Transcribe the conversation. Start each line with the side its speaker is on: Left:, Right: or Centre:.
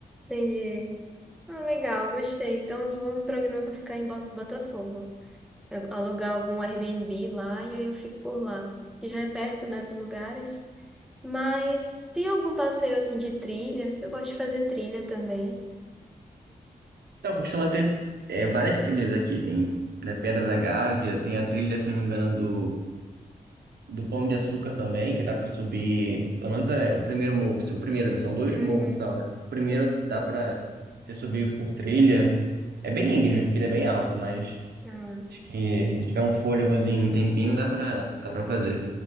Centre: entendi. Ah, legal, gostei. Então eu vou me programar para ficar em Bot- Botafogo. alugar algum Airbnb lá e aí eu fico por lá. Que já é perto, né, dos lugares. Mas tem algum passeio assim de trilha, que eu gosto de fazer trilha também.
Right: Então costuma ter é, várias trilhas aqui, tem né, Pedra da Gávea, tem a trilha, se não me engano, do do Pão de Açúcar também, que dá pra subir, pelo menos é o primeiro morro, o primeiro, né? São dois
Centre: Uhum.
Right: morros e tal, né? O primeiro dá pra você subir com trilha. É bem íngreme, porque ele é bem alto, mas
Centre: Ah,
Right: acho que se tiver um fôlegozinho, um tempinho, dá pra, dá pra fazer.